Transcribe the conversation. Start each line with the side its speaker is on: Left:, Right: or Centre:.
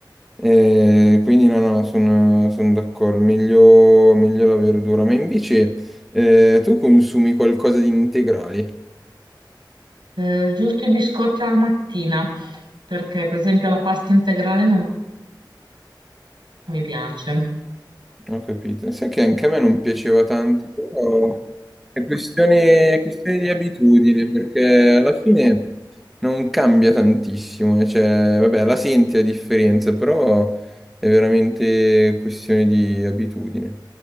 Centre: Eh, quindi no, no, sono, sono d'accordo, meglio, meglio la verdura. Ma invece eh, tu consumi qualcosa di integrale?
Right: Eh, giusto i biscotti alla mattina, perché per esempio la pasta integrale non mi piace
Centre: Ho capito. Sai che anche a me non piaceva tanto, però è questione, è questione di abitudine, perché alla fine non cambia tantissimo. eh, Cioè, vabbè, la senti la differenza, però è veramente questione di abitudine.